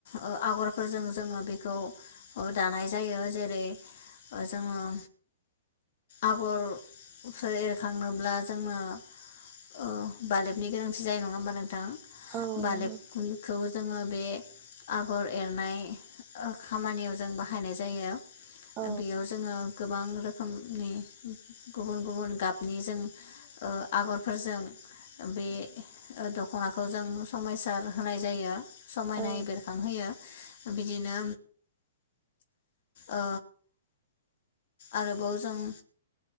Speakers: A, on the left (about 50°); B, on the right (about 30°).
A: ओ आगरफोरजों जोङो बेखौ ओ दानाय जायो जेरै- जोङो आगरफोर एरखांनोब्ला जोङो अ बालेबनि गोनांथि जायो नङा होमबा नोंथां
B: औ
A: बालेबखौ
B: नंगौ
A: जोङो बे आगर एरनाय ओ खामानियाव जों बाहायनाय जायो।
B: औ
A: बेयाव जोङो गोबां रोखोमनि गुबुन गुबुन गाबनि जों ओ आगर फोरजों बे दख'नाखौ जों समायसार होनाय जायो। समायनाय
B: औ
A: बेरखांहोयो बिदिनो ओ आरोबाव जों